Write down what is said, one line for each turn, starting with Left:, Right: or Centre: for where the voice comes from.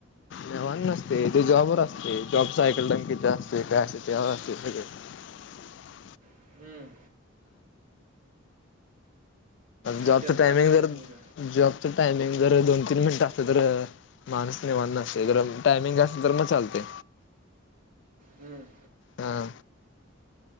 Left: ण नसते ते जॉब ववर असते जॉब सायकल टा किथ असते काॅ अस त्यावर असते सगळे. <inaudible>
Right: हम्म. तू
Left: जॉबचं
Right: केलतास
Left: टायमिंग
Right: का नाहीस
Left: जर
Right: मग
Left: जॉबचं टायमिंग जर दोन तीन मिनिटं असत तर माणूस व नसते जर टायमिंग असल तर मग चालते.
Right: हम्म.
Left: हा.